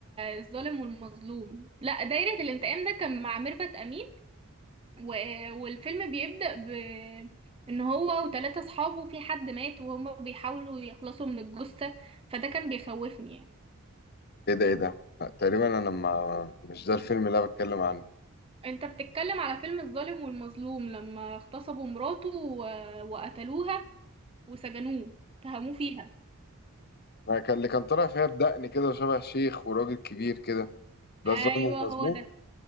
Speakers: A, on the right (about 25°); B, on the left (about 45°).
A: الظالم والمظلوم لا دايرة الانتقام ده كان مع ميرفت امين و... والفيلم بيبدأ ب ان هو وثلاثة اصحابه في حد مات وهم بيحاولوا يخلصوا من الجثة فده كان بيخوفني يعني
B: ايه ده ايه ده لا، تقريبا انا ما مش ده الفيلم اللي انا بتكلم عنه
A: انت بتتكلم على فيلم الظالم والمظلوم لما اغتصبوا مراته و... وقتلوها وسجنوه اتهموه فيها
B: لا، كان اللي كان طالع فيها بدقن كده وشبه شيخ وراجل كبير كده ده
A: ايوه
B: الظالم المظلوم
A: هو ده